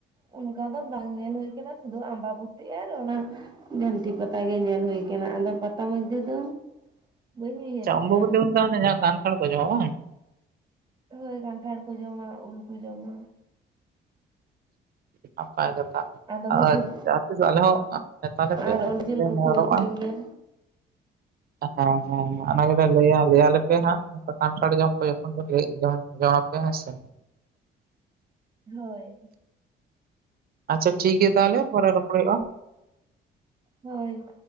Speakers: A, on the right; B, on the right.
A: ᱚᱱᱠᱟ ᱫᱚ ᱵᱟᱝ ᱧᱮᱞ ᱦᱳᱭ ᱟᱠᱟᱱᱟ ᱥᱩᱫᱩ ᱟᱢᱵᱟᱵᱩᱛᱤ ᱟᱨ ᱚᱱᱟ ᱡᱷᱟᱹᱱᱴᱤ ᱯᱟᱼᱼ ᱛᱟ ᱜᱮ ᱧᱮᱞ ᱦᱳᱭ ᱟᱠᱟᱱᱟ ᱟᱫᱚ ᱯᱟᱛᱟ ᱢᱳᱫᱽᱫᱷᱮ ᱫᱚ ᱵᱟᱹᱧ
B: ᱟᱪᱪᱷᱟ
A: ᱩᱭᱦᱟᱹᱨᱮᱜᱼᱟ
B: ᱚᱢᱵᱚᱵᱩᱛᱤ ᱢᱮᱱ ᱛᱮᱫᱚ ᱚᱱᱮ ᱡᱟᱸᱦᱟ ᱠᱟᱱᱴᱷᱟᱲ ᱠᱚ ᱡᱚᱢᱟ ᱵᱟᱝ
A: ᱦᱳᱭ ᱠᱟᱱᱴᱷᱟᱲ ᱠᱚ ᱡᱚᱢᱟ ᱩᱞ ᱠᱚ ᱡᱚᱢᱟ
B: ᱱᱟᱯᱟᱭ ᱠᱟᱛᱷᱟ
A: ᱫᱚᱢᱮ
B: ᱟᱨ
A: ᱥᱩᱠ
B: ᱡᱟᱦᱟᱸ ᱛᱤᱥ ᱟᱞᱮ ᱦᱚᱸ ᱱᱮᱛᱟ ᱞᱮ ᱯᱮ
A: ᱟᱨ ᱚᱨ
B: ᱚᱱᱟ ᱜᱮᱞᱮ
A: ᱡᱤᱞ ᱠᱚᱠᱚ
B: ᱱᱮᱦᱚᱨᱚᱜᱼᱟ
A: ᱟᱹᱠᱷᱨᱤᱧ ᱜᱮᱭᱟ
B: ᱦᱮᱸ ᱦᱮᱸ ᱚᱱᱟ ᱜᱮᱞᱮ ᱞᱟᱹᱭᱟ ᱞᱟᱹᱭ ᱟᱞᱮᱯᱮ ᱱᱷᱟᱜ <unintelligible> ᱠᱟᱱᱴᱷᱟᱲ ᱡᱚᱢ ᱠᱚ ᱡᱚᱠᱷᱚᱱ ᱠᱚ <unintelligible> ᱮᱫᱟ ᱡᱚᱢ ᱟᱯᱮ ᱦᱮᱸ ᱥᱮ
A: ᱦᱳᱭ
B: ᱟᱪᱪᱷᱟ ᱴᱷᱤᱠ ᱜᱤᱭᱟ ᱛᱟᱦᱚᱞᱮ ᱯᱚᱨᱮ ᱨᱚᱯᱚᱲ ᱦᱩᱭᱩᱜᱼᱟ
A: ᱦᱚᱭ